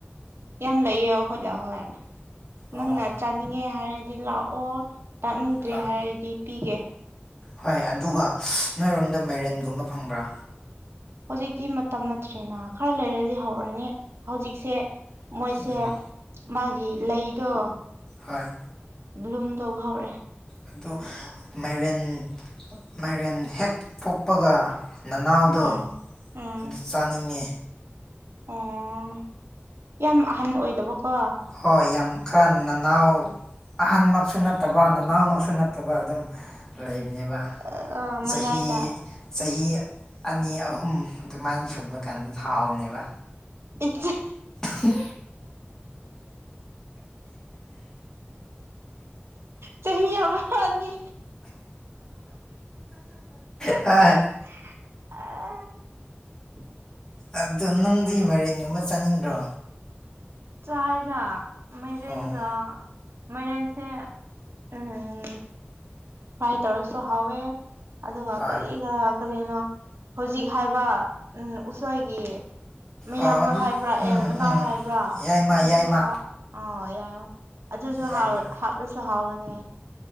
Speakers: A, on the right; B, on the left.
A: ꯌꯥꯝ ꯂꯩꯌꯦ ꯑꯩꯈꯣꯏꯗ ꯍꯣꯏ ꯅꯪꯅ
B: ꯑꯣ
A: ꯇꯥꯛꯅꯤꯡꯉꯦ ꯍꯥꯏꯔꯗꯤ ꯂꯥꯛꯑꯣ ꯇꯥꯛꯅꯤꯡꯗ꯭ꯔꯦ
B: ꯍꯣꯏ
A: ꯍꯥꯏꯔꯗꯤ ꯄꯤꯒꯦ
B: ꯍꯣꯏ ꯑꯗꯨꯒ ꯅꯣꯏꯔꯣꯝꯗ ꯃꯥꯏꯔꯦꯟꯒꯨꯝꯕ ꯐꯪꯕ꯭ꯔꯥ
A: ꯍꯧꯖꯤꯛꯇꯤ ꯃꯇꯝ ꯅꯠꯇ꯭ꯔꯦꯅ ꯈꯔ ꯂꯩꯔꯗꯤ ꯍꯧꯔꯅꯤ ꯍꯧꯖꯤꯛꯁꯦ ꯃꯣꯏꯁꯦ
B: ꯎꯝ
A: ꯃꯥꯒꯤ ꯂꯩꯗꯣ
B: ꯍꯣꯏ
A: ꯕ꯭ꯂꯨꯝ ꯇꯧꯕ ꯍꯧꯔꯦ
B: ꯑꯗꯨ ꯃꯥꯏꯔꯦꯟ ꯃꯥꯏꯔꯦꯟ ꯍꯦꯛ ꯄꯣꯛꯄꯒ ꯅꯅꯥꯎꯗꯣ
A: ꯎꯝ ꯎꯝ
B: ꯑꯗꯨ ꯆꯥꯅꯤꯡꯉꯤ
A: ꯑꯣ ꯌꯥꯝ ꯑꯍꯟ ꯑꯣꯏꯗꯕꯀꯣ
B: ꯍꯣꯏ ꯌꯥꯝ ꯈꯔ ꯅꯅꯥꯎ ꯑꯍꯟꯃꯛꯁꯨ ꯅꯠꯇꯕ ꯅꯅꯥꯎꯃꯛꯁꯨ ꯅꯠꯇꯕ ꯑꯗꯨꯝ ꯂꯩ ꯂꯩꯕꯅꯦꯕ
A: ꯎꯝ ꯃꯌꯥꯏꯗ
B: ꯆꯍꯤ ꯆꯍꯤ ꯑꯅꯤ ꯑꯍꯨꯝ ꯑꯗꯨꯃꯥꯏꯅ ꯁꯨꯕ ꯀꯥꯟꯗ ꯊꯥꯎꯕꯅꯦꯕ
A: ꯏ
B: ꯁꯤ
A: ꯆꯍꯤ ꯆꯍꯤ ꯌꯥꯝꯅꯤ
B: <inaudible> ꯍꯣꯏ
A: ꯑ
B: ꯑꯗꯣ ꯅꯪꯗꯤ ꯃꯦꯔꯦꯟꯒꯨꯝꯕ ꯆꯥꯅꯤꯡꯗ꯭ꯔꯣ
A: ꯆꯥꯏꯒ ꯃꯥꯏꯔꯦꯟꯒ
B: ꯑꯣ
A: ꯃꯥꯏꯔꯟꯁꯦ ꯎꯝ ꯐꯚꯥꯏ ꯇꯔꯁꯨꯣ ꯍꯦ ꯑꯗꯨꯒ
B: ꯍꯣꯏ
A: ꯀꯔꯤ ꯈꯔ ꯀꯔꯤꯅꯣ ꯍꯧꯖꯤꯛ ꯍꯥꯏꯕ ꯎꯝ ꯎꯁꯣꯏꯒꯤ ꯃꯌꯥꯝꯕ
B: ꯑꯣ ꯑꯗꯨ
A: ꯍꯥꯏꯕ꯭ꯔꯥ
B: ꯎꯝ
A: ꯑꯦ ꯃꯅꯥꯎ
B: ꯎꯝ
A: ꯍꯥꯏꯕ꯭ꯔꯥ
B: ꯌꯥꯏꯃ
A: ꯑꯗꯨꯁꯨ
B: ꯌꯥꯏꯃ
A: ꯑ ꯌꯥꯏ ꯑꯗꯨꯁꯨ
B: ꯌꯥꯏꯃ
A: ꯍꯥꯞꯂꯁꯨ ꯍꯥꯎꯕꯅꯦ